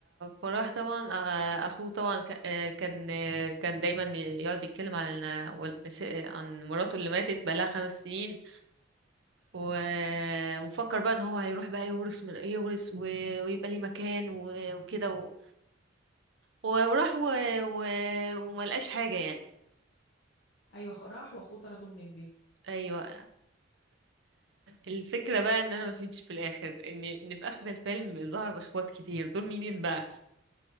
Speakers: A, on the right; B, on the left.
A: فراح طبعا آه، اخوه طبعا ك- آه، كان آه، كان دايما يقعد يتكلم على إن- وال- س- عن مراته اللي ماتت بقالها خمس سنين و... وفكر بقى ان هو هيروح بقى يورث من يورث و... ويبقى ليه مكان و... وكده و... و- وراح و... و... وما لقاش حاجة يعني
B: أيوة خ- راح وأخوه طرده من البيت
A: ايوه الفكرة بقى ان انا ما فيتش في الاخر ان ان في اخر الفيلم ظهر اخوات كتير دول مينين بقى